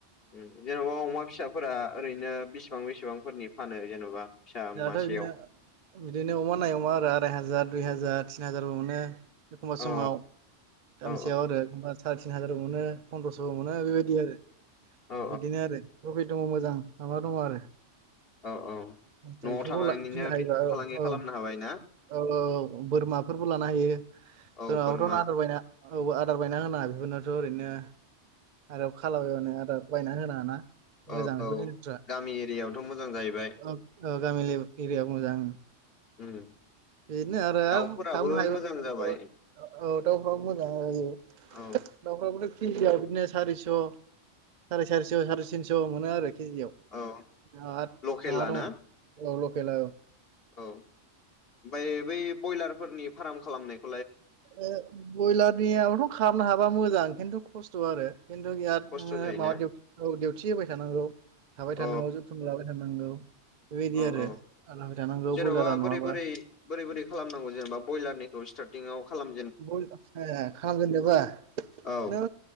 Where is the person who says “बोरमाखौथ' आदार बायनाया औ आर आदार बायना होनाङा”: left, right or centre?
Right